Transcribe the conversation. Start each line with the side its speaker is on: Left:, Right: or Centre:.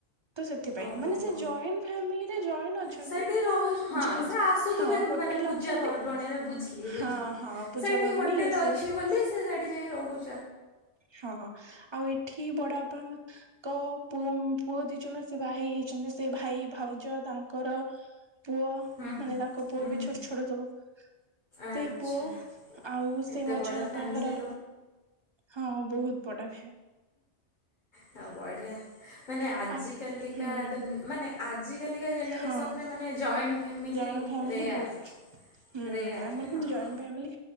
Right: ତ ସେଥିପାଇଁ
Left: ଓହୋ
Right: ମାନେ
Left: ହୋ
Right: ସେ ଜଏଣ୍ଟ ଫ୍ୟାମିଲିରେ ଜଏଣ୍ଟ ଅଛନ୍ତି
Left: ସେଠି
Right: କିନ୍ତୁ
Left: ରହୁ ହଁ
Right: ଯେ
Left: ସେ ଆସୁଥିବେ
Right: ହଁ ହୋଟେଲ
Left: ମାନେ ପୂଜା
Right: ଅଛନ୍ତି
Left: ପର୍ବଣୀରେ ବୁଝିଲି
Right: ହଁ
Left: ବୁଝିଲି
Right: ହଁ ପୂଜା
Left: ସେଇଠି
Right: ପର୍ବାଣୀ
Left: ହୋଟେଲ
Right: ଏସରେ
Left: ଅଛି ବୋଲି ସେ ସେଠି ଯାଇ ରହୁ
Right: ହଁ ଆଉ ଏଠି ବଡବାପା ଙ୍କ ପୁଅ ପୁଅ ଦି ଜଣ ସେ ଭାଇ ହେଇଛନ୍ତି। ସେ ଭାଇ ଭାଉଜ ତାଙ୍କର ପୁଅ
Left: ହୁଁ ହୁଁ
Right: ମାନେ ତାଙ୍କ ପୁଅ
Left: ହୁଁ
Right: ବି
Left: ହୁଁ
Right: ଛୋଟ ଛୋଟ ସବୁ
Left: ଆଚ୍ଛା।
Right: ସେ ପୁଅ ଆଉ
Left: ଏତେ
Right: ସେ ମଝିଆବାପାଙ୍କର
Left: ବଡ଼ ଫ୍ୟାମିଲି
Right: ହଁ ବହୁତ ବଡ।
Left: ହଉ ବଢିଆ ମାନେ ଆଜି
Right: ଆ
Left: କାଲିିକା
Right: ହୁଁ
Left: ଦୁ ମାନେ ଆଜିକାଲିକା ଜେନେରେସନରେ
Right: ହଁ
Left: ମାନେ joint family
Right: joint family
Left: rare.
Right: ବହୁତ ହୁଁ
Left: ରେୟାର୍
Right: ଆମର
Left: ହଁ
Right: କିନ୍ତୁ ଜଏଣ୍ଟ ଫ୍ୟାମିଲି